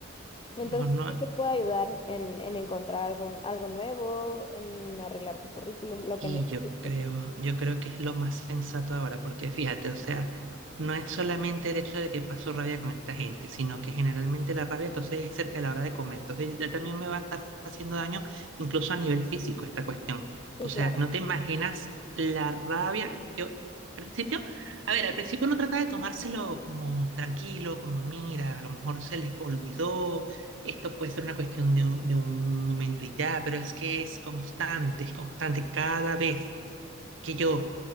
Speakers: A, on the left (about 25°); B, on the right (about 75°).
A: Entonces,
B: mejor no,
A: yo sí te puedo ayudar en, en encontrar algún, algo nuevo, en arreglar tu currículum, lo
B: Y
A: que necesites.
B: yo creo, yo creo que es lo más sensato ahora, porque fíjate, o sea, no es solamente el hecho de que paso rabia con esta gente, sino que generalmente la rabia entonces es cerca de la hora de comer. Entonces ya también me va a estar haciendo daño, incluso a nivel físico, esta cuestión.
A: Sí,
B: O sea,
A: claro,
B: no te imaginas la rabia. Yo, al principio, a ver, al principio uno trata de tomárselo como tranquilo, como mira, a lo mejor se les olvidó esto puede ser una cuestión de un, de un momento y ya, pero es que es constante, es constante. Cada vez que yo